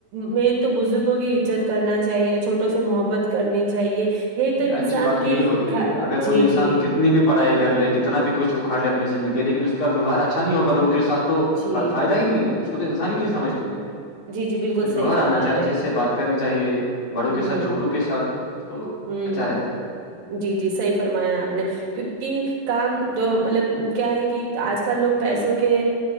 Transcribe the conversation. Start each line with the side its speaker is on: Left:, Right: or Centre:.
Right: مین تو بزرگوں کی عزت کرنا چاہیے چھوٹوں سے محبت کرنی چاہیے یہی تو انسان
Left: اچھی بات تو
Right: کی
Left: یہی ہوتی
Right: کھا-
Left: ہے اگر کوئی
Right: جی
Left: انسان
Right: جی
Left: کتنی بھی پڑھائی کر لے کتنا بھی کچ اکھاڑے اپنی زندگی لیکن اس کا ویوہار اچھا نہیں ہوگ لوگ کے سات تو
Right: جی
Left: فائدہ ہی نہیں ہے اس کو تو انسان ہی نہیں سمجتے
Right: جی جی بالکل
Left: ویوار
Right: صحیح فرما
Left: آنا چاہے اچھے
Right: رہے ہیں
Left: سے بات کرنی چاہیے بڑوں
Right: ہوں
Left: کے ساتھ چھوٹوں کے ساتھ تو
Right: ہوں
Left: اچھا رہتا ہے
Right: جی جی صحیح فرمایا آپ نے کیونکہ کام تو مطلب کیا ہے کہ آج کل لوگ پیسوں کے